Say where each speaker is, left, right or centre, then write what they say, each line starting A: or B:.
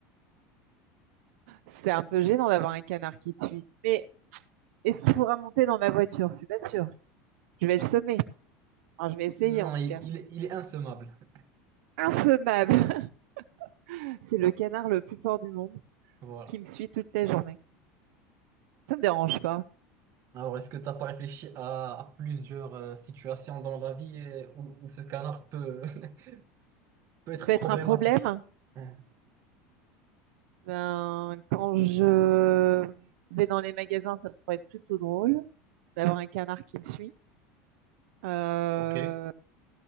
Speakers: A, on the right; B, on the right.
A: C'est un peu gênant d'avoir un canard qui te suit. Mais est-ce qu'il faudra monter dans ma voiture? Je suis pas sûre. Je vais le semer. Enfin, je vais essayer
B: Non,
A: en tout
B: il,
A: cas.
B: il- il est insommable. <laughs>
A: Insommable! <laughs> C'est le canard le plus fort du monde
B: Voilà.
A: qui me suit toute la journée. Ça me dérange pas.
B: Alors, est-ce que tu n'as pas réfléchi à, à plusieurs euh, situations dans la vie euh, où, où ce canard peut, <laughs> peut être
A: Peut
B: problématique?
A: être un problème,
B: <laughs> Hein.
A: Ben, quand je vais dans les magasins, ça pourrait être plutôt drôle d'avoir un canard qui me suit. Euh,
B: Ok. Et